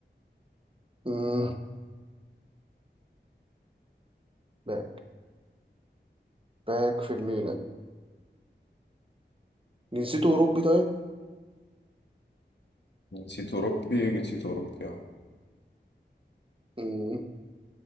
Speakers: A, on the right; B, on the left.
A: مم. باك باك في الميلان جنسيته أوروبي طيب
B: جنسيته أوروبي جنسيته أوروبي اه
A: مم.